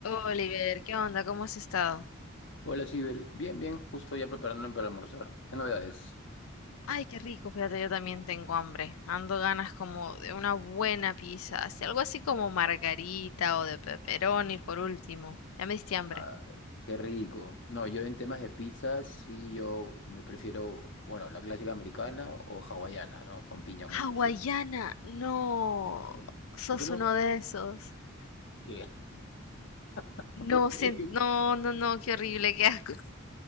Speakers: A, on the left; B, on the left.
A: Oliver, ¿qué onda? ¿Cómo has estado?
B: Hola, Sibel. Bien, bien, justo ya preparándome para almorzar. ¿Qué novedades?
A: Ay, qué rico, fíjate, yo también tengo hambre. Ando ganas como de una buena pizza, así, algo así como margarita o de pepperoni por último. Ya me diste hambre.
B: Ay, qué rico. No, yo en temas de pizzas, sí, yo me prefiero, bueno, la clásica americana o hawaiana, ¿no? Con piña mucho
A: Hawaiana,
B: siempre.
A: no,
B: Claro.
A: sos
B: ¿Por qué no?
A: uno de esos.
B: Sí. <laughs> ¿Por
A: No,
B: qué?
A: sien- no, no, no, qué horrible, qué asco. <laughs>